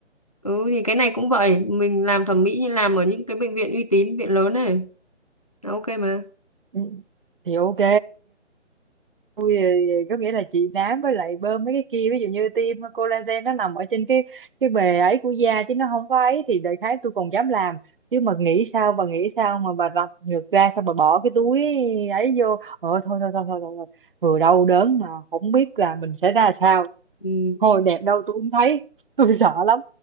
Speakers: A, on the left; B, on the right.
A: Ừ thì cái này cũng vậy, mình làm thẩm mỹ như làm ở những cái bệnh viện uy tín, viện lớn này, Là ok mà.
B: ừ. thì ok Ui, có nghĩa là chị nám với lại bơm mấy cái kia ví dụ như tiêm collagen nó nằm ở trên cái cái bề ấy của da chứ nó không có ấy thì đại khái tôi còn dám làm chứ mà nghĩ sao bà nghĩ sao mà bà rạch ngược ra xong bà bỏ cái túi ấy vô ờ thôi thôi thôi thôi, thôi, thôi. vừa đau đớn mà không biết là mình sẽ ra sao
A: Ừ.
B: thôi đẹp đâu tôi cũng thấy <laughs> tôi sợ lắm